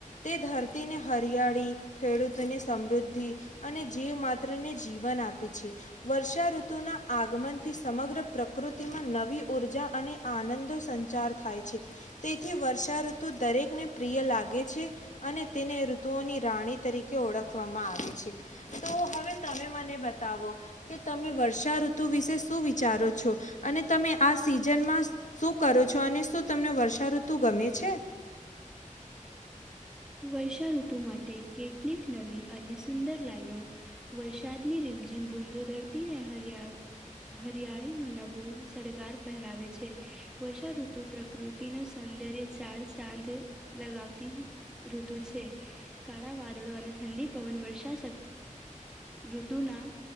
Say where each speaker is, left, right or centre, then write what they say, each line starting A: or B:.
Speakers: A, on the left; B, in the centre.
A: તે ધરતીને હરિયાળી, ખેડૂતોને સમૃદ્ધ ધી અને જીવ માત્ર ને જીવન આપે છે. વર્ષાઋતુના આગમન સમગ્ર પ્રકૃતિમાં નવી ઊર્જા અને આનંદો સંચાર થાય છે. તેથી વર્ષા ઋતુ દરેકને પ્રિય લાગે છે અને તેને ઋતુઓની રાણી તરીકે ઓળખવામાં આવે છે. તો હવે તમે મને બતાવો કે તમે વર્ષા ઋતુ વિશે શું વિ વિચારો છો અને તમે આ સિઝનમાં શું કરો છો અને શું તમને વર્ષાઋતુ ગમે છે?
B: વર્ષાઋતુ માટે કેટલીક નવી અને સુંદર લાઈનો વરસાદની રીમઝીમ બુંદો ધરતીને હરિયાળ હરિયાળી ન નવો સળગાર પહેરાવે છે. વર્ષા ઋતુ પ્રકૃતિ ન સૌંદર્ય ચાર સાંદ લગાવતી ઋતુ છે. કાળા વાદળો અને ઠંડી પવન વર્ષા ઋતુના